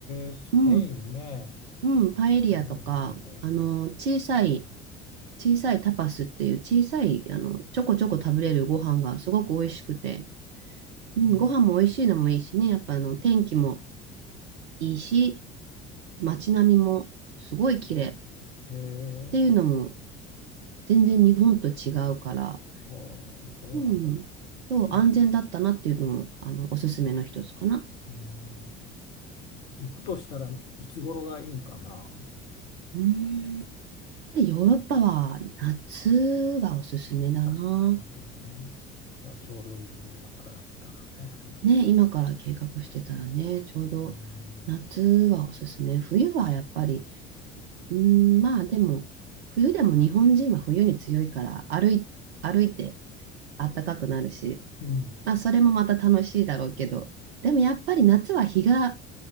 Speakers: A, on the left (about 70°); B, on the right (about 70°).
A: えスペインね。
B: うん、うん、パエリアとか、
A: ええ
B: あの、
A: ええええ
B: 小さい、小さいタパスっていう小さい、あの、ちょこちょこ食べれるご飯がすごく美味しくて、うん、
A: ああ
B: ご飯も美味しいのもいいしね、やっぱあの、天気もいいし、街並みもすごい綺麗っ
A: ええ
B: ていうのも全然日本と違うから、
A: ああ、そうなんだ。
B: うん、そう、
A: い、
B: 安全だったなっていうのも、
A: う
B: あの、おすすめの一つかな。
A: ーん、行くとしたらいつ頃がいいんかな。
B: うーん。やっぱりヨーロッパは夏がおすすめだな。
A: あ、夏がね。じゃあちょうどいいね。今からだったらね、夏。
B: ね、今から計画してたらね、
A: う
B: ちょうど夏はおすすめ。
A: ーん。
B: 冬はやっぱり、うーん、まあでも、冬でも日本人は冬に強いから歩い、歩いて暖かくなるし、
A: うん。
B: まあそれもまた楽しいだろうけど、でもやっぱり夏は日が、